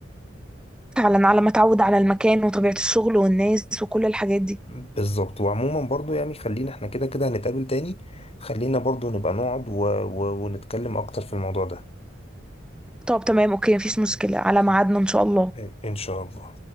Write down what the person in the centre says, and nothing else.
فعلا على ما اتعود على المكان وطبيعة الشغل والناس وكل الحاجات دي
طب تمام اوكي مفيش مشكلة على
ميعادنا ان شاء الله